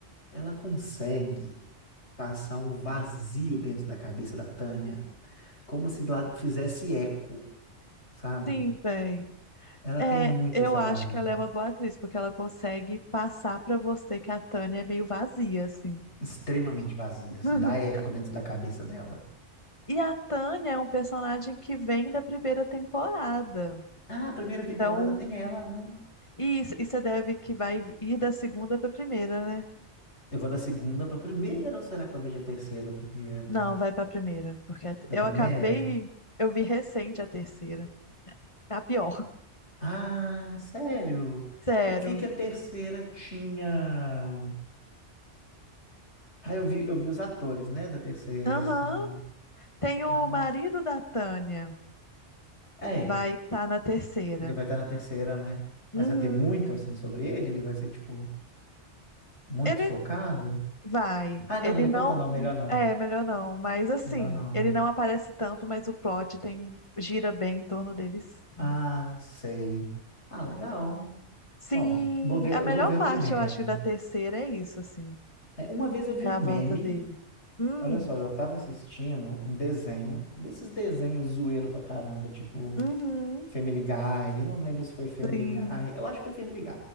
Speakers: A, on the left; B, on the left.
A: ela consegue. passar um vazio dentro da cabeça da Tânia, como se lá fizesse eco, sabe?
B: sim, véi.
A: Ela
B: É,
A: tem muito
B: eu
A: essa
B: acho
A: vibe,
B: que ela é uma boa atriz, porque ela consegue passar pra você que a Tânia é meio vazia, assim.
A: extremamente vazia, assim,
B: <laughs>
A: dá eco dentro da cabeça dela.
B: E a Tânia é um personagem que vem da primeira temporada.
A: Ah, a primeira
B: Então,
A: temporada tem ela, né?
B: e isso, e você deve que vai ir da segunda pra primeira, né?
A: Eu vou da segunda pra primeira, ou será que eu vejo a terceira primeiro?
B: Não, vai pra primeira, porque a te-
A: Da
B: eu
A: primeira?
B: acabei, eu vi recente a terceira. É a pior. <laughs>
A: Ah, sério?
B: Sério.
A: Eu vi que a terceira tinha. Ah, eu vi, eu vi os atores, né, da terceira,
B: Aham.
A: assim.
B: Tem o
A: Ai.
B: marido da Tânia,
A: É,
B: vai estar na terceira.
A: Ele vai estar na terceira, né? Mas
B: Uhum.
A: vai ter muito assim sobre ele? Ele vai ser, tipo, muito
B: Ele
A: focado?
B: vai,
A: Ai, não,
B: ele
A: não me conta,
B: não,
A: não. Melhor não.
B: é, melhor não, mas assim,
A: Melhor não.
B: ele não aparece tanto, mas o plot tem gira bem em torno dele, sim.
A: Ah, sei. Ah, legal.
B: Sim,
A: Bom, vou ver,
B: a
A: eu
B: melhor
A: vou ver a
B: parte,
A: primeira.
B: eu acho, da terceira é isso, assim,
A: É, uma vez eu vi
B: é
A: um
B: a
A: meme.
B: volta dele. Hum,
A: Olha só, eu tava assistindo um desenho, desses desenhos zoeiro pra caramba, tipo
B: uhum,
A: Family Guy. Eu não lembro se foi Family
B: sim.
A: Guy. Eu acho que foi Family Guy.